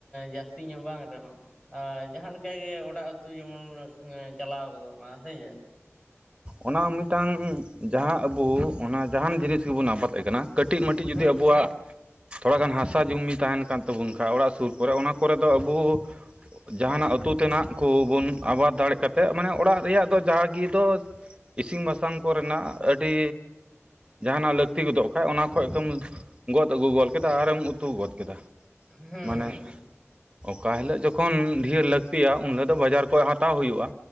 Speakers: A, on the left; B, on the right.
A: ᱡᱟᱹᱥᱛᱤ ᱧᱚᱜ ᱵᱟᱝ ᱨᱮᱦᱚᱸ᱾ ᱟᱨ ᱡᱟᱦᱟᱸᱞᱮᱠᱟ ᱜᱮ ᱚᱸᱲᱟᱜ ᱩᱸᱛᱩ ᱡᱮᱢᱚᱱ ᱪᱟᱞᱟᱣ ᱜᱚᱫᱚᱜ ᱢᱟ ᱥᱮ ᱪᱮᱫ?
B: ᱚᱱᱟ ᱢᱤᱫ ᱴᱟᱝ ᱡᱟᱦᱟᱸ ᱟᱵᱚ ᱚᱱᱟ ᱡᱟᱦᱟᱱ ᱡᱤᱱᱤᱥ ᱜᱮᱵᱚᱱ ᱟᱵᱟᱫᱽ ᱟᱠᱟᱱᱟ, ᱠᱟᱹᱴᱤᱡ ᱢᱟᱹᱴᱤᱡ ᱡᱩᱫᱤ
A: ᱦᱩᱸ
B: ᱟᱵᱚᱣᱟᱜ ᱛᱷᱚᱲᱟ ᱜᱟᱱ ᱦᱟᱥᱟ ᱡᱩᱢᱤ ᱛᱟᱦᱮᱱ ᱠᱟᱱ ᱛᱟᱵᱚᱱ ᱠᱷᱟᱡ ᱚᱸᱲᱟᱜ ᱥᱩᱨ ᱠᱚᱨᱮ ᱚᱱᱟ ᱠᱚᱨᱮ ᱫᱚ ᱟᱵᱚ ᱡᱟᱦᱟᱱᱟᱜ ᱩᱸᱛᱩ ᱛᱮᱱᱟᱜ ᱠᱚᱵᱚᱱ ᱟᱵᱟᱫᱽ ᱫᱟᱲᱮᱸ ᱠᱟᱛᱮᱫ ᱢᱟᱱᱮ ᱚᱸᱲᱟᱜ ᱨᱮᱭᱟᱜ ᱫᱚ ᱡᱟᱦᱟᱜᱮ ᱫᱚ ᱤᱥᱤᱱ ᱵᱟᱥᱟᱝ ᱠᱚᱨᱮᱱᱟᱜ ᱟᱹᱰᱤ ᱡᱟᱦᱟᱱᱟᱜ ᱞᱟᱹᱠᱛᱤ ᱜᱚᱫᱚᱜ ᱠᱷᱟᱡ ᱚᱱᱟ ᱠᱷᱚᱱ ᱜᱮᱢ ᱜᱚᱫ ᱟᱹᱜᱩ ᱜᱚᱫ ᱠᱮᱫᱟ ᱟᱨᱮᱢ ᱩᱛᱩ ᱜᱚᱫ ᱠᱮᱫᱟ,
A: ᱦᱩᱸ
B: ᱢᱟᱱᱮ ᱚᱠᱟ ᱦᱤᱞᱚᱜ ᱡᱚᱠᱷᱚᱱ ᱰᱷᱮᱨ ᱞᱟᱹᱠᱛᱤᱜᱼᱟ ᱩᱱ ᱦᱤᱞᱚᱜ ᱫᱚ ᱵᱟᱡᱟᱨ ᱠᱷᱚᱡ ᱦᱟᱛᱟᱣ ᱦᱩᱭᱩᱜᱼᱟ᱾